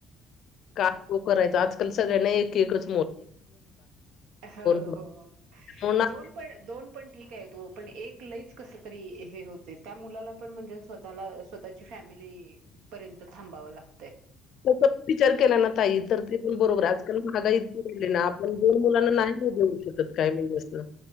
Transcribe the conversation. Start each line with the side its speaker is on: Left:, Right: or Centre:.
Left: काय तो <unintelligible> करायचं आज पण सगळ्यांना एक चा
Right: हो
Left: बास. म्हणून आपण
Right: दोन पन दोन पन ठीक आहे तो पण एक लईच कस तरी हे होते त्या मुलाला पण म्हणजे स्वतःला स्वतःची फॅमिली पर्यंत थांबावं लागत
Left: तस विचार केला ना ताई तर ते पण बरोबर आजकाल महागा इतकीवाढली आहे ना आपण दोन मुलांना नाही हो देऊ शकत काय म्हणजे असं,